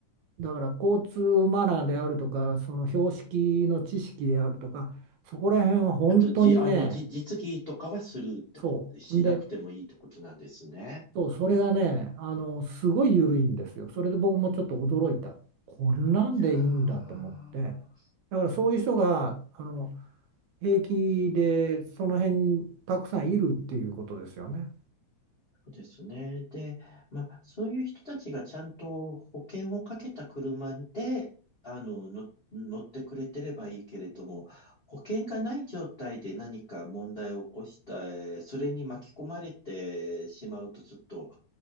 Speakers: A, on the right; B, on the left.
A: だから交通マナーであるとか、その標識の知識であるとか、そこら辺は本当にね、
B: あと、じ、あの、じ、実技とかはするってこと、
A: そう。
B: しなくてもいいってことなんですね。
A: んで、そう、それがね、あの、すごい緩いんですよ。それで僕もちょっと驚いた。こんなんでいいんだと思って。
B: いやー、
A: だからそういう人が、あの、平気でその辺にたくさんいるっていうことですよね。
B: そうですね。で、まあ、そういう人たちがちゃんと保険をかけた車で、あの、の、乗ってくれてればいいけれども、保険がない状態で何か問題を起こした、えーそれに巻き込まれてしまうとちょっと